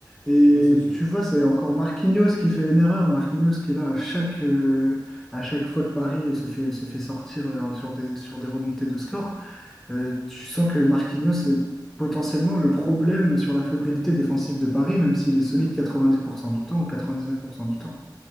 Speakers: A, in the centre; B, on the right.
A: Et
B: ça c'est sûr,
A: tu vois, c'est encore Marquinhos qui fait une erreur. Marquinhos qui est là à chaque, euh, à chaque fois que Paris euh, se fait, se fait sortir euh, sur des, sur des remontées de score. Euh, tu sens que Marquinhos est potentiellement le problème sur la fébrilité défensive de Paris, même s'il est solide 90% du temps ou 99% du temps.